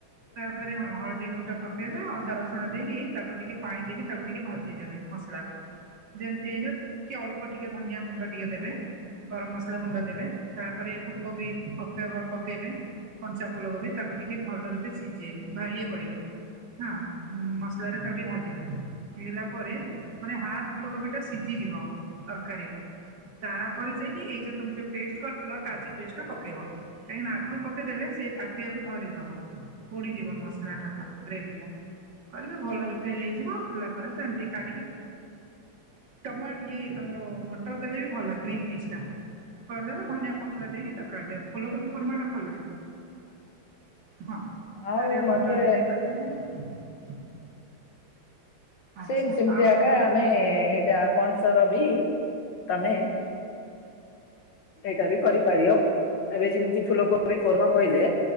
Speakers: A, on the right; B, on the left.
A: ତାପରେ ହଁ ହଳଦି ଗୁଣ୍ଡ ପକାଇବେ ଅଦା ରସୁଣ ଦେଇକି ତାକୁ ଟିକେ ପାଣି ଦେଇକି ତାକୁ ଟିକେ ଭଜିଦେବେ ମସ୍ ଲାଗୁ ଯେମତି ହେଇଯିବ ଟିକେ ଅଳ୍ପ ଟିକେ ଧନିଆ ଗୁଣ୍ଡ ଟିକେ ଦେବେ ଗରମ ମସଲା ଗୁଣ୍ଡ ଦେବେ ତାପରେ ଫୁଲକୋବି ପକାଇବା ପଳେଇବେ କଞ୍ଚା ଫୁଲ କୋବି ତାକୁ ଟିକେ ଭଲ ରୂପେ ସିଝେବେ ବା ଇଏ କରିବେ ହଁ ରେ ତାକୁ ଟିକେ ଭାଜିଦେବେ ହେଇଗଲା ପରେ ମାନେ ହାଫ ଫୁଲକୋବି ଟା ସିଜିଯିବ ତରକାରୀ ଟା ତାପରେ ଯାଇକି ଏଇ ଯୋଉ ତମେ ଯୋଉ ପେଷ୍ଟ କରିଥିଲ କାଜୁ ପେଷ୍ଟ ପକେଇବ କାହିଁକିନା ଆଗରୁ ପକେଇ ଦେଲେ ସେଇ ତାଟିଆକୁ ଧରିଦବ ପୋଡିଯିବ ମସଲା ଟା ତାର ଗ୍ରେଭି ଟା କରିବେ ଭଲରେ ପେଲି ହେଇଯିବ ହେଲା ପରେ ତମେ ଟିକେ କାଢିକି ତମର ଇଏ ତମର ମଟର ଦେଲେ ବି ଭଲ ଗ୍ରୀନ୍ ପିସ୍ ଟା କରି ଦେବେ ଧନିଆ ପତ୍ର ଦେଇକି ତାକୁ କାଢି ଦେବେ ଫୁଲକୋବି କୁର୍ମା ଟା ଭଲ ଲାଗେ ହଁ
B: ଆଉ
A: ତାରେ ଇଏ
B: ମତେ
A: ମଟର ବି ଦେଇପାରିବେ ଆଚ୍ଛା
B: ସେମ ସେମିତି
A: ଆଉ
B: ଆକା
A: କଣ
B: ଆମେ
A: କଣ
B: ଏଇଟା ପଣସର ବି ତମେ ଏଇଟା ବି କରିପାରିବ ଏବେ ଜିମିତି ଫୁଲୋ କୋବି କରବ କହିଲେ।